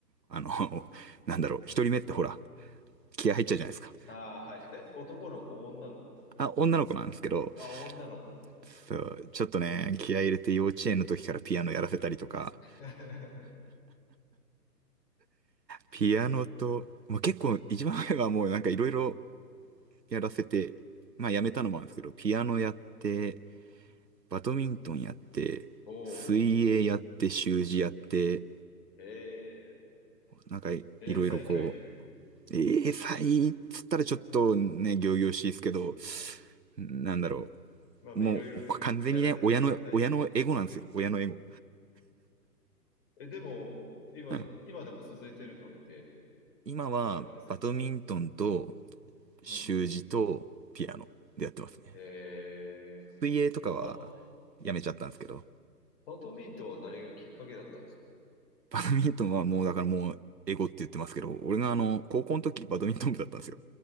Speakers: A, on the right (about 85°); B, on the left (about 35°).
A: あの、<laughs> なんだろう、一人目ってほら、気合入っちゃうじゃないですか。
B: ああ、はい。え、男の子、女の子。
A: あ、女の子なんですけど、
B: あ、女の子。
A: そう、ちょっとね、気合入れて幼稚園の時からピアノやらせたりとか、
B: <laughs>
A: ピアノと、まあ、結構一番前はもうなんかいろいろやらせて、まあやめたのもあるんですけど、ピアノやって、バドミントンやって、
B: おお。
A: 水泳やって、習字やって、
B: へえ。
A: なんかいろいろこ
B: 英才教育。
A: う、ええー、才っつったらちょっとね、仰々しいですけど、なんだろ
B: まあまあ、
A: う、もう完全にね、
B: いろいろやらせてあげたいって。
A: 親の、親のエゴなんですよ。
B: うん。
A: 親のエゴ。
B: え、でも、今、
A: うん
B: 今でも続いてるのって
A: 今は、
B: あるんですか
A: バドミントンと、
B: うん
A: 習字と、ピアノでやってますね。
B: えー、
A: 水泳とかは、
B: バ、
A: やめちゃったんですけど、
B: バドミントンは何がきっかけだったんですか
A: バドミントンはもう、だからもう、エゴって言ってますけど、俺があの、高校の時、バドミントン部だったんですよ。